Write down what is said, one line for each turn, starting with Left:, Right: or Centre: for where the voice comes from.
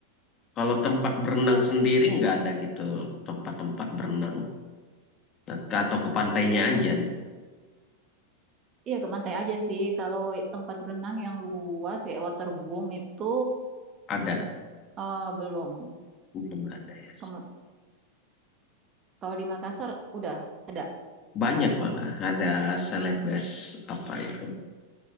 Left: Kalau tempat berenang
Right: kalau
Left: sendiri nggak ada gitu tempat-tempat berenang. Nah, ke- atau ke pantainya
Right: tempat
Left: aja nih.
Right: iya ke pantai aja sih kalau tempat berenang yang luas kayak waterboom itu
Left: Ada
Right: eh, belum
Left: belum ada ya.
Right: Kem- kalau di Makassar udah ada
Left: Banyak malah ada selebes apa itu?